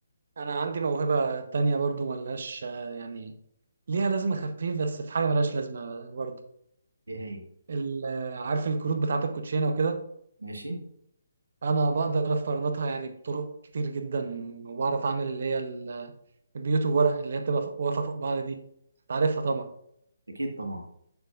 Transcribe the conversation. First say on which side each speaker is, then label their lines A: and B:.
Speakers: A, on the right (about 60°); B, on the right (about 85°).
A: أنا عندي موهبة تانية برضو ملهاش آه، يعني ليها لازمة خفيف بس في حاجة ملهاش لازمة برضو
B: ايه هي
A: ال- آه، عارف الكروت بتاعة الكوتشينة وكده
B: ماشي
A: انا بقدر افرنطها يعني بطرق كتير جدا وبعرف اعمل اللي هي ال- البيوت وورق اللي هي بتبقى فوق- واقفه فوق بعض دي تعرفها طبعا
B: اكيد طبعا